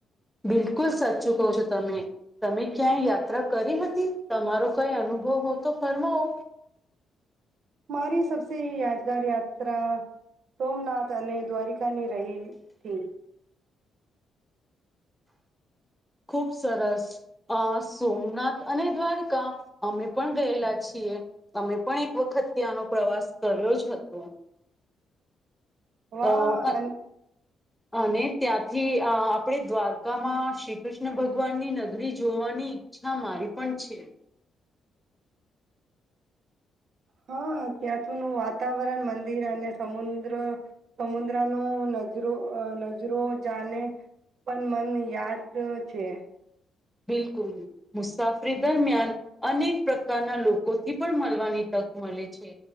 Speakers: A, in the centre; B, on the right.
A: બિલકુલ સાચું કો છો તમે તમે ક્યાંય યાત્રા કરી હતી તમારો કઈ અનુભવ હો તો ફરમાવો.
B: મારી સબસી યાદગાર યાત્રા સોમનાથ અને દ્વારિકાની રહી થી.
A: ખુબ સરસ અ સોમનાથ અને દ્વારકા અમે પણ ગયેલા છીએ અમે પણ એક વખત ત્યાંનો પ્રવાસ કર્યો જ હતો.
B: હ અહી
A: અ અને ત્યાંથી આપડે દ્વારકામાં શિક કૃષ્ણ ભગવાનની નગરી જોવાની ઈચ્છા મારી પણ છે.
B: હા ત્યાં થું નું વાતાવરણ મંદિર અને સમુદ્ર સમુદ્રનો નજરો અ નજરો જાને પણ મન યાદ છે.
A: બિલકુલ મુસાફરી દરમિયાન અનેક પ્રકારના લોકોથી પણ મળવાની તક મળે છે